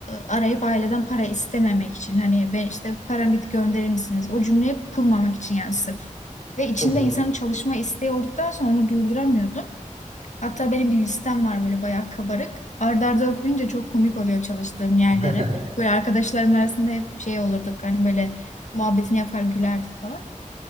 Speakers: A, on the left; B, on the right.
A: arayıp aileden para istememek için. Hani ben işte param bitti gönderir misiniz? O cümleyi kurmamak için yani sırf. Ve içinde
B: Hı hı.
A: insanın çalışma isteği olduktan sonra onu durduramıyordum. Hatta benim bir listem var böyle bayağı kabarık. Arda arda okuyunca çok komik oluyor çalıştığım yerleri.
B: <laughs>
A: Böyle arkadaşlarım arasında hep şey olurduk hani böyle muhabbetini yapar gülerdik falan.